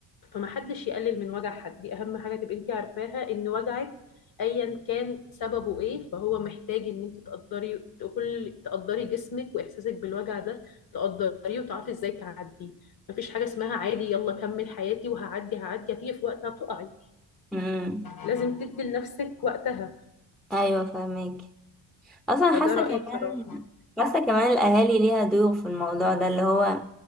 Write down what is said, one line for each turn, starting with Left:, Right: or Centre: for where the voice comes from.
Left: فما حدش يقلل من وجع حد دي اهم حاجه تبقي انت عارفاها ان وجعك ايا كان سببه ايه فهو محتاج ان انت تقدري كل تقدري جسمك واحساسك بالوجع ده تقدريه وتعرفي ازاي تعديه مفيش حاجه اسمها عادي يلا كمل حياتي وهعدي هعدي هتيجي في وقتها تقعي
Centre: مم.
Left: لازم تدي لنفسك وقتها
Centre: ايوه فاهمك اصلا
Left: فده
Centre: حاسه
Left: رايي
Centre: كمان
Left: بصراحه
Centre: حاسه كمان الاهالي ليها دور في الموضوع ده اللي هو